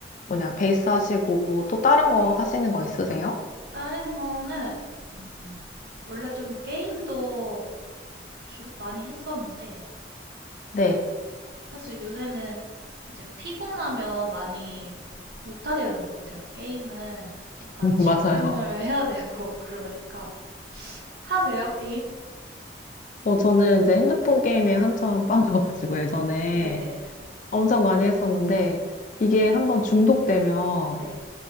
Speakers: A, on the left; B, on the right.
A: 뭐냐, 베이스 하시고 또 다른 거
B: 네,
A: 하시는 거 있으세요?
B: 다른 거는 음, 원래 좀 게임도 주- 많이 했었는데
A: 네,
B: 사실 요새는 이제 피곤하면 많이 못하게 되는 것 같아요. 게임은 약간
A: <laughs>
B: 집중을
A: 맞아요.
B: 해야 되고 <laughs> 그러니까 하세요, 게임?
A: 어, 저는 이제 핸드폰 게임에 한참 <laughs> 빠져가지고 예전에
B: 네.
A: 엄청 많이 했었는데 이게 한번 중독되면
B: 네.